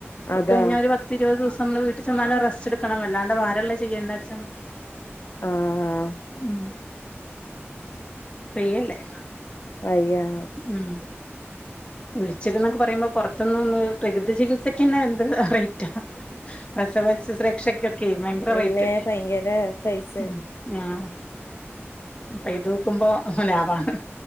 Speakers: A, on the left; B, on the left.
A: അതാ
B: കഴിഞ്ഞാ ഒരു പ ത്തിരുവത് ദിവസം അമ്മള് വീട്ടി ചെന്നാല് റെസ്റ്റ്ട്ക്കണം. വല്ലാണ്ട് ഭാരൊള്ളെ ചെയ്യേണ്ടച്ചാ മതി.
A: ആഹ്
B: ഉം ഫ്രീയല്ലേ.
A: വയ്യാ
B: ഉം ഉഴിച്ചിൽന്നൊക്കെ പറയുമ്പോ പൊറത്ത്ന്ന് വന്ന് പ്രകൃതി ചികിത്സക്കെന്നെ എന്ത് റെയ്റ്റാ. പ്രസവ ശുശ്രൂ രക്ഷക്കൊക്കെ ഭയങ്കര
A: പിന്നെ
B: റെയ്റ്റല്ലേ.
A: ഭയങ്കര പൈസ
B: ഉം ആഹ് അപ്പൊ ഇതോക്കുമ്പൊ ലാഭാണ്.